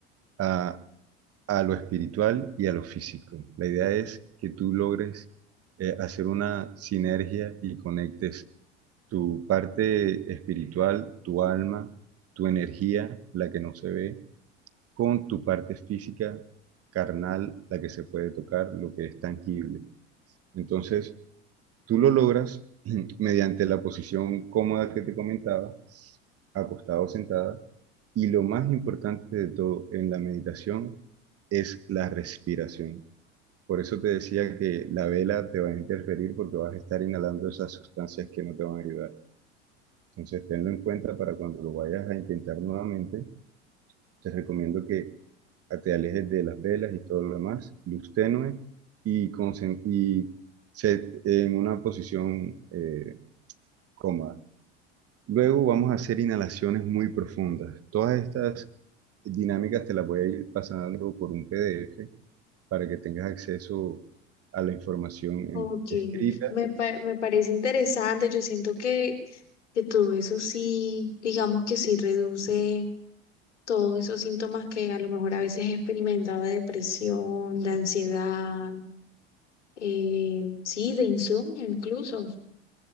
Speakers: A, on the right; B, on the left.
A: a, a lo espiritual y a lo físico. La idea es que tú logres eh, hacer una sinergia y conectes tu parte espiritual, tu alma, tu energía, la que no se ve, con tu parte física, carnal, la que se puede tocar, lo que es tangible. Entonces, Tú lo logras <clears throat> mediante la posición cómoda que te comentaba, acostado o sentada, y lo más importante de todo en la meditación es la respiración. Por eso te decía que la vela te va a interferir porque vas a estar inhalando esas sustancias que no te van a ayudar. Entonces, tenlo en cuenta para cuando lo vayas a intentar nuevamente. Te recomiendo que te alejes de las velas y todo lo demás, luz tenue y, concen- y se- en una posición eh, cómoda. Luego vamos a hacer inhalaciones muy profundas. Todas estas dinámicas te las voy a ir pasando por un PDF para que tengas acceso a la información en-
B: Ok,
A: escrita.
B: me, pa- me parece interesante. Yo siento que, que todo eso sí, digamos que sí reduce todos esos síntomas que a lo mejor a veces experimentaba de depresión, de ansiedad, eh, sí, de insomnio incluso.